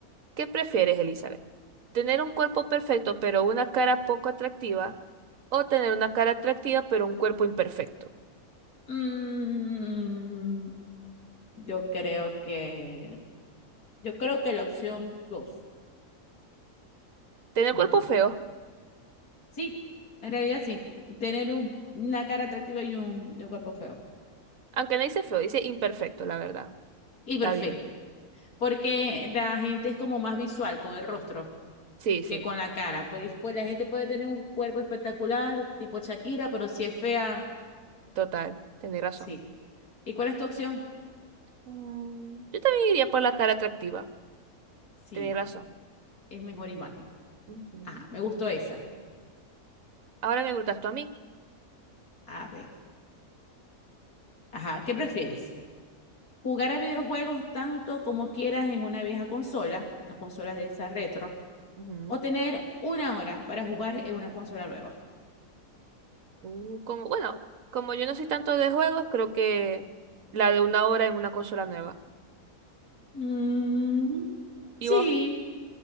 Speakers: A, on the right; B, on the left.
A: ¿Qué prefieres, Elizabeth? ¿Tener un cuerpo perfecto pero una cara poco atractiva? ¿O tener una cara atractiva pero un cuerpo imperfecto?
B: Mm, yo creo que, yo creo que la opción dos.
A: ¿Tener
B: Ujú.
A: cuerpo feo?
B: Sí, en realidad sí. Tener un- una cara atractiva y un, y un cuerpo feo.
A: Aunque no dice feo, dice imperfecto, la verdad.
B: Y
A: Está
B: perfecto.
A: bien.
B: Porque la gente es como más visual con el rostro
A: Sí, sí,
B: que con la cara. Por, pues la gente puede tener un cuerpo espectacular, tipo Shakira, pero si es fea.
A: total. Tenéis razón.
B: Sí. ¿Y cuál es tu opción?
A: Mm, yo también iría por la cara atractiva.
B: Sí,
A: Tenéis razón.
B: es mejor imagen.
A: Ujú.
B: Ajá, me gustó esa.
A: Ahora me preguntas tú a mí.
B: A ver. Ajá, ¿qué prefieres? ¿Jugar a videojuegos tanto como quieras en una vieja consola, una consola de esa retro,
A: Ujú.
B: o tener una hora para jugar en una consola nueva?
A: Uh, como, bueno, como yo no soy tanto de juegos, creo que la de una hora en una consola nueva.
B: Mm,
A: ¿Y
B: sí,
A: vos?